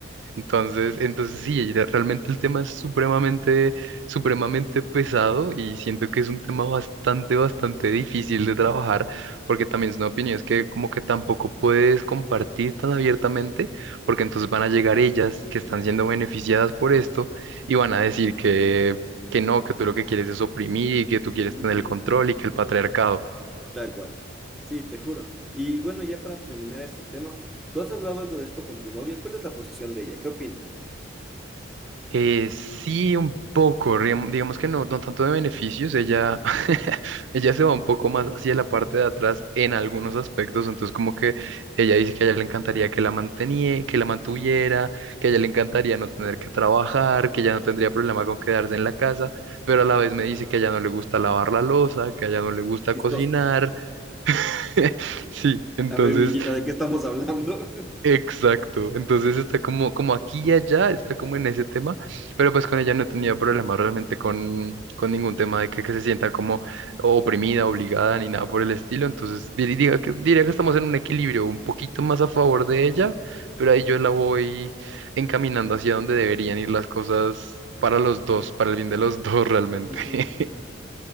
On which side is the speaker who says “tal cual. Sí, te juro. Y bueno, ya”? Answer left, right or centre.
Centre